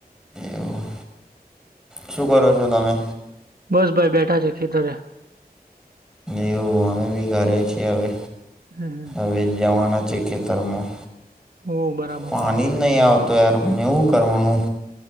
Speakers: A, in the centre; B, on the right (about 70°).
A: એવું શું કરો છો તમે
B: બસ ભાઈ બેઠા છે ખેતરે
A: એવું અમે બી ઘરે છીએ હવે
B: હમ્મ
A: હવે જવાણા છે ખેતરમા
B: ઓ બરાબર
A: પાણી
B: બરાબર
A: નહી આવત તો યાર પણને એવું કરવાનું